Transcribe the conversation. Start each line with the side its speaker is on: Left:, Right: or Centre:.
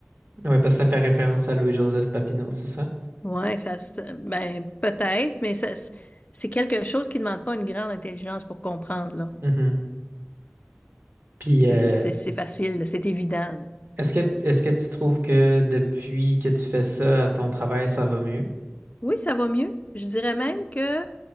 Right: Ouais parce que ça fait référence à Louis-Joseph Papineau c'est ça?
Left: Ouais, ça, se- ben, peut-être, mais ça, c'est quelque chose qui demande pas une grande intelligence pour comprendre, là.
Right: Mhm. Puis
Left: C'est
Right: euh,
Left: c'est- c'est facile, là, c'est évident. là.
Right: est-ce que est-ce que tu trouves que depuis que tu fais ça à ton travail ça va mieux?
Left: Oui, ça va mieux. Je dirais même que